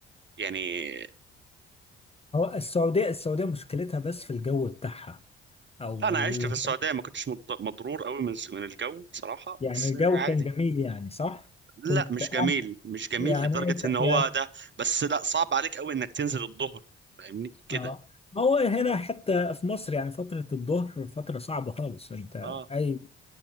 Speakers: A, on the right; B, on the left.
A: يعني
B: السعوديه السعوديه مشكلتها بس في الجو بتاعها او
A: لا أنا
B: ال...
A: عشت في السعودية ما كنتش مض- مضرور قوي من من الجو بصراحة
B: يعني
A: بس
B: الجو
A: يعني عادي
B: كان جميل يعني صح
A: لا
B: كنت
A: مش
B: قاعد-
A: جميل مش جميل
B: يعني
A: لدرجة
B: انت
A: إن هو
B: يعني
A: ده بس لا صعب عليك قوي إنك تنزل الظهر فاهمني كده
B: اه ما هو هنا حتى في مصر يعني فترة الظهر فترة صعبة خالص انت
A: اه
B: اي